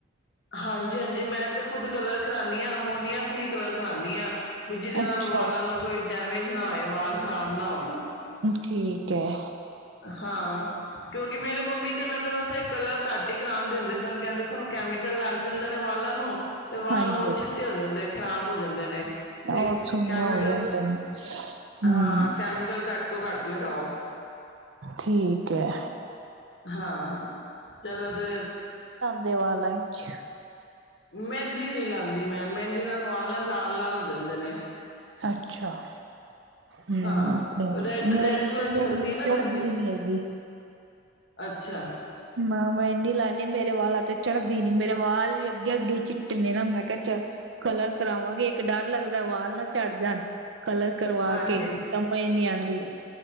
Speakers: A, on the left; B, on the right.
A: ਹਾਂਜੀ ਹਾਂਜੀ ਮੈਂ ਤੇ ਖੁਦ ਕਲਰ ਕਰਾ ਨੀ ਅਮੋਨੀਆ ਫਰੀ ਕਲਰ ਕਣਾਉਂਦੀ ਹਾਂ ਵੀ ਜਿਹਦੇ ਨਾਲ
B: ਅੱਛਾ
A: ਵਾਲਾਂ ਨੂੰ ਕੋਈ ਡੈਮੇਜ ਨਾ ਹੋਏ ਵਾਲ ਖ਼ਰਾਬ ਨਾ ਹੋਣ
B: ਠੀਕ ਹੈ
A: ਹਾਂ ਕਿਉਂਕਿ ਮੇਰੇ ਮੰਮੀ ਤੇ ਮੈਨੂੰ ਵੈਸੇ ਕਲਰ ਘੱਟ ਹੀ ਕਰਾਉਣ ਦਿੰਦੇ ਸਨ ਕਹਿੰਦੇ ਸਨ ਕੈ ਮ ਕਲ ਲੱਗ ਜਾਂਦੇ ਨੇ ਵਾਲਾਂ ਨੂੰ ਤੇ ਵਾਲ
B: ਹਾਂਜੀ
A: ਹੋਰ
B: ਹਾਂਜੀ।
A: ਛਿੱਟੇ ਹੋ ਜਾਂਦੇ ਖ਼ਰਾਬ ਹੋ ਜਾਂਦੇ ਨੇ
B: ਉਹ
A: ਤੇ
B: ਸੁਣਨੇ
A: ਕੈਮੀਕਲ
B: ਹੋ ਜਾਂਦੇ ਨੇ ਹਮ
A: ਹਾਂ ਕੈਮੀਕਲ ਘੱਟ ਤੋਂ ਘੱਟ ਲਗਾਓ
B: ਠੀਕ ਹੈ
A: ਹਾਂ ਚਲੋ ਤੇ
B: ਦੇ ਵਾਲਾਂ ਵਿੱਚ
A: ਮਹਿੰਦੀ ਨਹੀਂ ਲਾਉਂਦੀ ਮੈਂ ਮਹਿੰਦੀ ਨਾਲ ਵਾਲ ਨਾ ਲਾਲ ਲਾਲ ਹੋ ਜਾਂਦੇ ਨੇ
B: ਅੱਛ ਅੱਛਾ ਹਮ
A: ਹਾਂ
B: ਤੇ
A: ਰੈਡ
B: ਮੇਰੇ
A: ਰੈਡ ਕਲਰ
B: ਤੇ
A: ਛੱਡਦੀ
B: ਮਹਿੰਦੀ
A: ਹੈ ਨਾ ਮਹਿੰਦੀ
B: ਚੜਦੀ ਨਹੀਂ ਹੈਗੀ
A: ਅੱਛਾ
B: ਨਾ ਮੈਂ ਇਨੀ ਲਾਨੀ ਆ ਮੇਰੇ ਵਾਲਾਂ ਤੇ ਚੜਦੀ ਨੀ ਮੇਰੇ ਵਾਲ ਵੀ ਅੱਗੇ ਅੱਗੇ ਚਿੱਟੇ ਨੇ ਨਾ ਮੈਂ ਕਿਹਾਚਲ ਚ ਕਲਰ ਕਰਾਵਾਂਗੀ ਇੱਕ ਡਰ ਲੱਗਦਾ ਵਾਲ ਨਾ ਝੜ੍ਹ ਜਾਣ ਕਲਰ ਕਰਵਾ
A: ਹਾਂਜੀ
B: ਕੇ ਸਮਝ ਨਹੀ ਆਉਂਦੀ